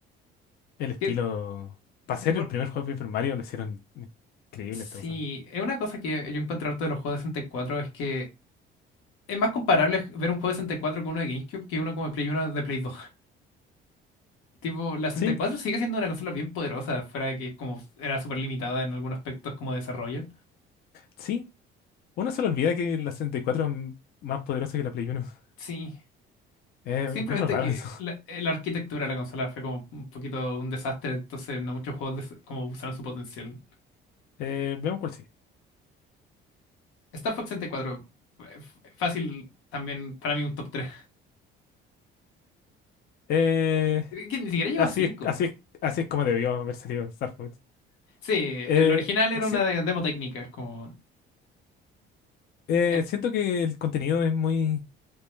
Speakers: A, on the left; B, on the left.
A: El estilo.
B: Que,
A: Para ser
B: de por-
A: el primer juego de Paper Mario, lo hicieron increíble
B: sí,
A: esta cosa.
B: es una cosa que yo encuentro harto de los juegos de 64 es que es más comparable ver un juego de 64 con uno de GameCube que uno como de Play 1 de Play 2. <laughs> Tipo, la 64
A: Sí,
B: sigue siendo una consola bien poderosa, fuera de que como era súper limitada en algunos aspectos como desarrollo.
A: sí. Uno se le olvida que la 64 es m- más poderosa que la Play uno <laughs>
B: Sí,
A: Eh,
B: simplemente
A: encuentro raro
B: que
A: eso. <laughs>
B: la, eh, la arquitectura de la consola fue como un poquito un desastre, entonces no muchos juegos des- como usaron su potencial.
A: Eh, veamos cuál sigue.
B: Star Fox 64, eh, f- fácil también para mí un top tres
A: Eh,
B: Que ni siquiera llegó
A: así
B: a 5.
A: es, así es, así es como debió haber salido Star Fox.
B: Sí,
A: Eh,
B: el original era
A: si-
B: una de- demo técnica, es como...
A: eh,
B: eh,
A: siento que el contenido es muy